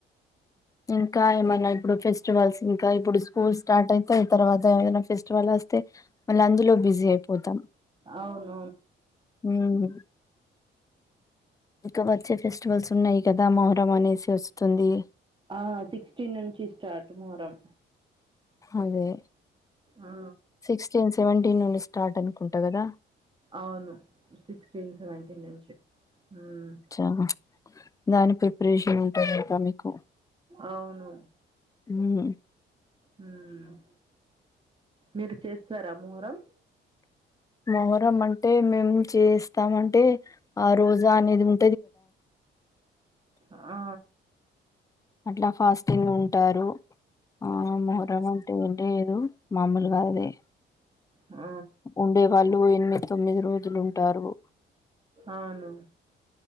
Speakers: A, on the left; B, on the right.
A: ఇంకా ఏమైనా ఇప్పుడు ఫెస్టివల్స్ ఇంకా ఇప్పుడు స్కూల్ స్టార్ట్ అయితే తర్వాత ఏమన్న ఫెస్టివల్ వస్తే మళ్ళ అందులో బిజీ అయిపోతాం
B: అవును
A: హ్మ్. ఇంక వచ్చే ఫెస్టివల్స్ ఉన్నాయి కదా మొహరం అనేసి వస్తుంది
B: ఆ సిక్స్టీన్ నుంచి స్టార్ట్ మొహరం
A: అదే
B: ఆ
A: సిక్స్టీన్ సెవెంటీన్ నుండి స్టార్ట్ అనుకుంటా కదా
B: అవును సిక్స్టీన్ సెవెంటీన్ నుంచి మ్మ్
A: చ దాని ప్రిపరేషన్ ఉంటాంది ఇంకా మీకు
B: అవును
A: హ్మ్.
B: మ్ మీరు చేస్తారా మొహరం
A: మొహరం అంటే మేము చేస్తాం అంటే ఆ రోజా అనేది ఉ
B: ఆ
A: అట్లా ఫాస్టింగ్ ఉంటారు ఆ మొహరం అంటే ఏం లేదు మామూలుగా అదే
B: ఆ
A: ఉండేవాళ్ళు ఎనిమిది తొమ్మిది రోజులుంటారు
B: అవును